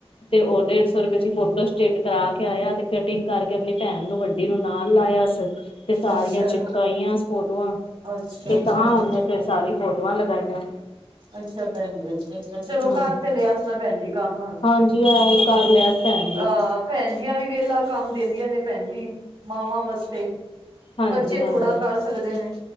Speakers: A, on the left; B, on the right.
A: ਤੇ ਉਹ ਡੇਢ ਸੌ ਰੁਪਏ ਦੀ ਫੋਟੋ ਸਟੇਟ ਕਰਾ ਕੇ ਆਇਆ ਤੇ ਕਟਿੰਗ ਕਰਕੇ ਆਪਣੀ ਭੈਣ ਨੂੰ ਵੱ ਨੂੰ ਨਾਲ ਲਾਇਆ ਸ ਤੇ ਸਾਰੀਆਂ
B: ਅੱਛਾ
A: ਚਿਪਕਾਈਆਂ ਫੋਟੋਆਂ
B: ਅੱਛਾ-ਅੱਛਾ,
A: ਤੇ ਤਾਂ
B: ਅੱਛਾ
A: ਉਹਨੇ ਫਿਰ ਸਾਰੀ ਫੋਟੋਆਂ ਲਗਾਈਆਂ।
B: ਅੱਛਾ ਭੈਣ ਜੀ ਅੱਛਾ, ਅੱਛਾ ਚਲੋ
A: ਹਾਂ
B: ਕਰ ਤੇ ਲਿਆ ਭੈਣ ਜੀ ਕੰਮ।
A: ਹਾਂਜੀ ਜੀ ਆ। ਕਰ ਲਿਆ ਸੀ ਭੈਣ
B: ਆਹ ਭੈਣ ਜੀ ਅਹ ਵੀ ਵੇਹਲਾ ਕੰਮ ਦਿੰਦੀਆਂ ਨੇ ਭੈਣ ਜੀ ਮਾਵਾਂ ਵਾਸਤੇ
A: ਹਾਂਜੀ
B: ਬੱਚੇ
A: ਹਾਂਜੀ
B: ਥੋੜਾ ਕਰ ਸਕਦੇ ਨੇ।